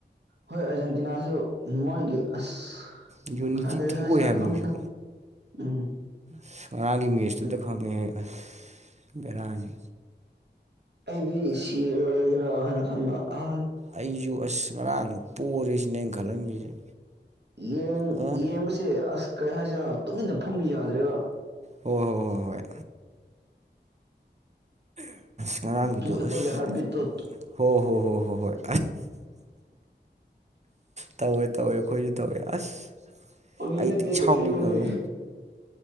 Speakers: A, on the right; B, on the right.
A: ꯍꯣꯏ ꯑꯔꯖꯦꯟꯇꯤꯅꯥꯁꯨ ꯃꯣꯏꯒꯤ ꯑꯁ
B: ꯌꯨꯅꯤꯇꯤ
A: ꯈ ꯀꯩ
B: ꯊꯤ
A: ꯍꯥꯏꯁꯤꯔꯥ
B: ꯑꯣꯏ ꯍꯥꯏꯕ
A: ꯈꯪꯗ‌ꯦꯗ
B: ꯃꯣꯏꯁꯨ
A: ꯎꯝ
B: ꯑꯁ ꯉꯔꯥꯡꯒꯤ ꯃꯦꯁꯇꯨꯗ
A: ꯎꯝ
B: ꯈꯪꯉꯦꯍ‌ꯦ ꯑꯁ ꯕꯦꯔꯥꯅꯤ
A: ꯑꯩꯗꯤ ꯁꯤꯔꯣꯏꯒꯦꯔꯥ ꯍꯥꯏꯅ ꯈꯟꯕ ꯑ
B: ꯑꯩꯖꯨ ꯑꯁ ꯉꯔꯥꯡ ꯄꯣꯔꯦꯁꯤꯅꯤ ꯑꯩꯅ ꯈꯜꯂꯝꯃꯤꯁꯦ
A: ꯌꯦꯡ
B: ꯑꯣ
A: ꯌꯦꯡꯕꯁꯦ ꯑꯁ ꯀꯔꯤ ꯍꯥꯏꯁꯤꯔꯥ ꯇꯨꯃꯤꯟꯅ ꯐꯝꯕ ꯌꯥꯗ꯭ꯔꯦꯕ
B: ꯍꯣꯏ ꯍꯣꯏ ꯍꯣꯏ ꯍꯣꯏ ꯉꯔꯥꯡꯒꯤꯗꯣ
A: ꯑꯩꯈꯣꯏꯒꯤ
B: ꯎꯁ
A: ꯍꯥꯔꯠ ꯕꯤꯠꯇꯣ
B: ꯍꯣ ꯍꯣ ꯍꯣꯏ ꯍꯣꯏ ꯍꯣꯏ ꯇꯧꯋꯦ ꯇꯧꯋꯦ ꯑꯩꯈꯣꯏꯁꯨ ꯇꯧꯋꯦ ꯑꯁ
A: ꯐꯥꯒꯤ
B: ꯑꯩ
A: ꯅꯠꯇꯦ
B: ꯊꯤ ꯁꯥꯎꯅꯤꯡꯉꯝꯅꯦ
A: ꯑꯁꯦꯡꯕꯅꯦ